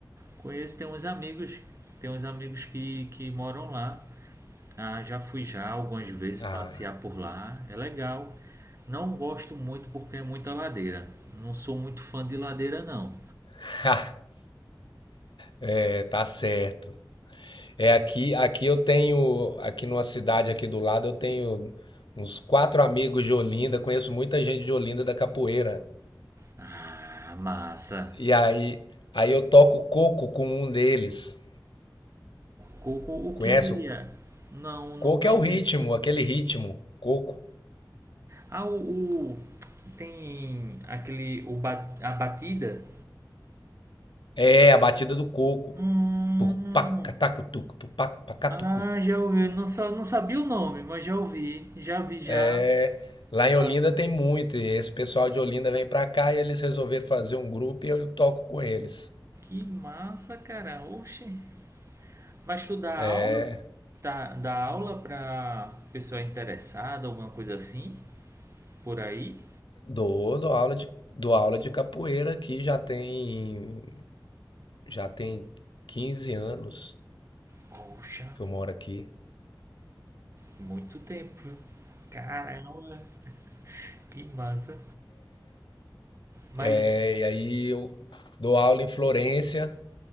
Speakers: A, on the right; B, on the left.
A: Conheço, tem uns amigos, tem uns amigos que, que moram lá. Ah, já fui já algumas vezes
B: Ah,
A: passear por lá, é legal. Não gosto muito porque é muita ladeira. Não sou muito fã de ladeira, não.
B: <laughs> é, tá certo. É aqui, aqui eu tenho, aqui numa cidade aqui do lado, eu tenho uns quatro amigos de Olinda, conheço muita gente de Olinda da capoeira.
A: Ah, massa.
B: E aí, aí eu toco coco com um deles.
A: Coco, o
B: Conhece?
A: que seria?
B: O
A: Não, não
B: coco
A: conheço.
B: é o ritmo, aquele ritmo. Coco.
A: Ah, o, o- tem aquele o ba- a batida?
B: É, a batida do coco.
A: Hum,
B: Pupacatacutuc, pupacatucu.
A: ah, já ouvi. Não, sa- não sabia o nome, mas já ouvi. Já vi já.
B: É, lá em
A: Ah,
B: Olinda tem muito, e esse pessoal de Olinda vem pra cá e eles resolveram fazer um grupo e eu toco com eles.
A: que massa, cara. Oxe. Mas tu dá
B: É,
A: aula? Tá, dá aula pra pessoa interessada, alguma coisa assim, por aí?
B: dou, dou aula de, dou aula de capoeira aqui já tem, já tem 15 anos
A: Poxa,
B: que eu moro aqui.
A: muito tempo, viu? Caramba, que massa. Mas
B: É, e aí eu dou aula em Florença.